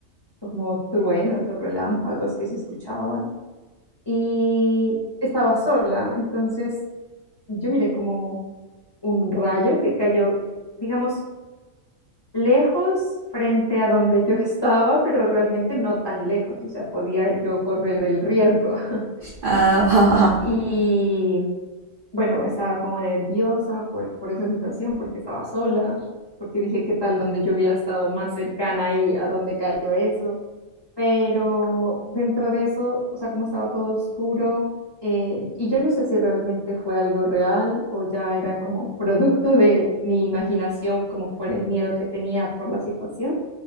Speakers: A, on the left (about 30°); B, on the right (about 65°).
A: como truenos o relámpagos que se escuchaban y estaba sola, entonces yo miré como un rayo que cayó, digamos, lejos frente a donde yo <laughs> estaba, pero realmente no tan lejos, o sea, podía yo correr el riesgo. <laughs>
B: Ah, ajá, ajá.
A: Y bueno, estaba como nerviosa por, por esa situación, porque estaba sola, porque dije, ¿qué tal donde yo hubiera estado más cercana y a dónde cayó eso? Pero dentro de eso, o sea, como estaba todo oscuro, eh, y yo no sé si realmente fue algo real o ya era como producto de mi imaginación, como por el miedo que tenía por la situación